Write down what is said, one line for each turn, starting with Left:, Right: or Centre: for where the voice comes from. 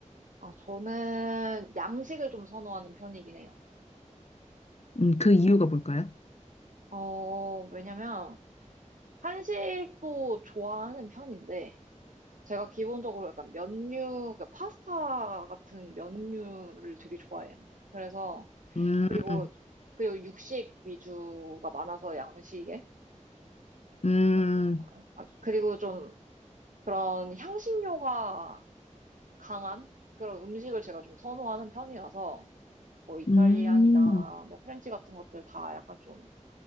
Right: 아, 저는 양식을 좀 선호하는 편이긴 해요.
Left: 음, 그 이유가 뭘까요?
Right: 어, 왜냐면, 한식도 좋아하는 편인데, 제가 기본적으로 약간 면류, 그 파스타 같은 면류를 되게 좋아해요. 그래서,
Left: 음,
Right: 그리고, 그리고 육식 위주가 많아서 양식에.
Left: 음,
Right: 아주, 아주, 그리고 좀 그런 향신료가 강한 그런 음식을 제가 좀 선호하는 편이라서, 뭐 이탈리안이나
Left: 음,
Right: 뭐 프렌치 같은 것들 다 약간 좀